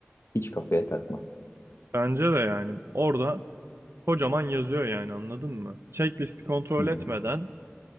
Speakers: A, on the left (about 80°); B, on the right (about 75°).
A: Hiç kafaya takma.
B: Bence de yani orada kocaman yazıyor yani anladın mı? Checklisti kontrol
A: Hı hı.
B: etmeden